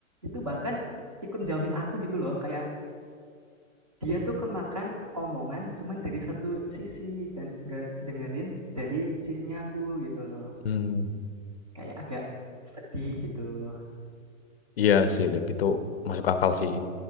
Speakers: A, on the right; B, on the left.
A: itu bahkan ikut jauhin aku gitu loh kayak dia tuh kemakan omongan cuman dari satu sisi dan gak dengerin dari sisinya aku gitu loh
B: Hmm.
A: kayak agak sedih gitu.
B: Iya sih, Lip. Itu masuk akal sih.